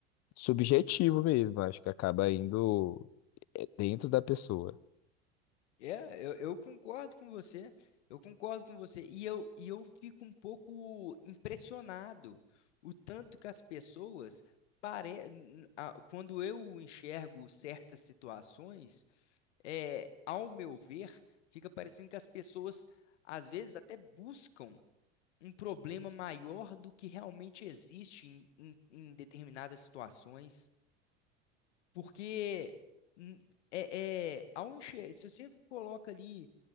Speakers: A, on the left; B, on the left.
A: subjetivo mesmo, acho que acaba indo é, dentro da pessoa.
B: É, eu, eu concordo com você. Eu concordo com você. E eu, e eu fico um pouco impressionado o tanto que as pessoas pare... n- a- quando eu enxergo certas situações, é, ao meu ver, fica parecendo que as pessoas às vezes até buscam. um problema maior do que realmente existe em, em- em determinadas situações, porque hum, é, é, ao enxer- se você coloca ali